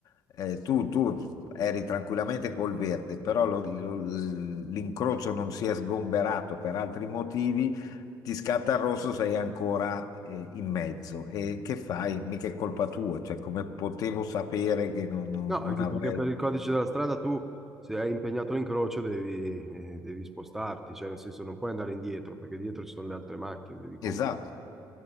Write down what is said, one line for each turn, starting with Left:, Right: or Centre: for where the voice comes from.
Left: eh, tu, tu eri tranquillamente col verde, però lo- lo- l'incrocio non si è sgomberato per altri motivi, ti scatta il rosso, sei ancora, eh, in mezzo. E che fai? Mica è colpa tua, cioè come potevo sapere che non, non-
Centre: No,
Left: non
Centre: anche
Left: avrei...
Centre: perché per il codice della strada tu, se hai impegnato l'incrocio, devi, eh, devi spostarti, cioè nel senso non puoi andare indietro, perché dietro ci sono le altre macchine, devi comunque
Left: Esatto,